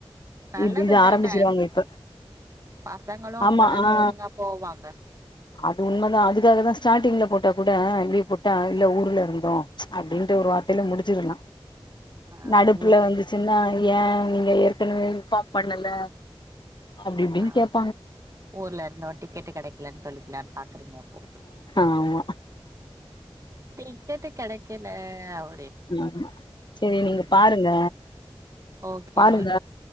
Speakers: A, on the right; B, on the left.
A: நல்லது
B: இது இது
A: தான
B: ஆரம்பிச்சிருவாங்க இப்ப
A: பசங்களு
B: ஆமா
A: அப்பதான
B: ஆ
A: ஒழுங்கா போவாங்க
B: அது உண்மதா அதுக்காகதா ஸ்டார்ட்டிங்ல போட்டா கூட லீவ் போட்டா இல்ல ஊர்ல இருந்தோ அப்டின்ட்டு ஒரு வார்த்தைல முடிச்சிடலா
A: ஆ
B: நடுப்புல
A: ஊரு
B: வந்துச்சுன்னா ஏன் நீங்க எதுக் ஏற்கனவே இன்ஃபார்ம் பண்ணல அப்டி இப்டின்னு
A: ஆ
B: <unintelligible>
A: ஊர்ல இருந்தோ டிக்கெட்டு கெடைக்கலன்னு சொல்லிக்கலான் பாக்கறீங்க அப்போ
B: ஆமா
A: டிக்கெட்டு கெடைக் க்கில அவ
B: ஆமா செரி நீங்க பாருங்க
A: ஓகே
B: பாருங்க